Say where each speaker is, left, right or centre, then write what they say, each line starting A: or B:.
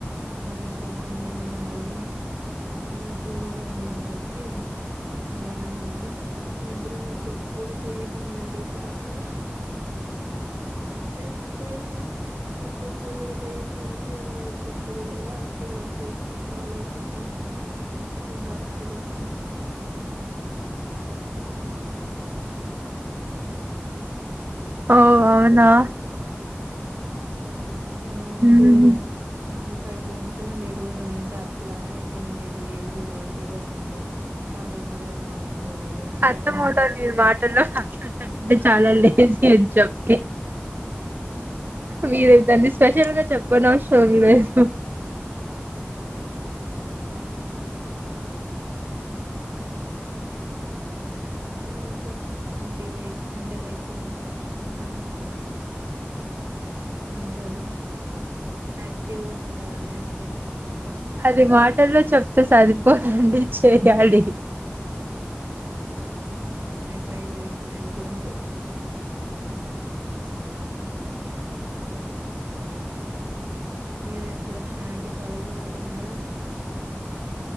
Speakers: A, on the right (about 70°); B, on the right (about 50°).
A: మళ్ళీ కొబ్బరి నీళ్ళు తాగి ఇలా ఫుల్ గా ఉంది కాబట్టి ఇంకా రాలేదు మధ్యలో నా చెప్పు కూడా తెగిపోయిందండి చాటలో వేసుకొని చెప్పు కూడా తెగిపోయింది ఇంకా చెప్పులు లేవా అట్లే వచ్చేసిన కాలేజీకి వచ్చే హాస్టల్ కి
B: ఓ అవునా
A: హ
B: ఉమ్
A: ఏంటో అండి ఈ రోజు అంతా అట్లా అయిపోంది లేలీజీ లేజీగా ఉండి కాలేజ్ కూడా మార్నింగ్ పోలేదు ఆఫ్టర్నూన్
B: అర్థంమవుతాఉంది
A: స్కూల్
B: మీరు మాటల్లో మాట్లాడతాడంటే చాలా లేజీ అని చెప్పి మీరే దన్ని స్పెషల్ గా చెప్పన అవసరం లేదు
A: ఇంకా అండి ఎగ్ అంటే లైక్ ఆ ఏమంటారు యాక్టివ్ ఉండాలనేసి
B: అది మాటల్లో చెప్తే సరిపోదండి చేయాలి
A: ట్రై చేసన అడుమాస్ మీరు ఎప్పుడు వచ్చినారండి కాలేజీ పోతున్నారా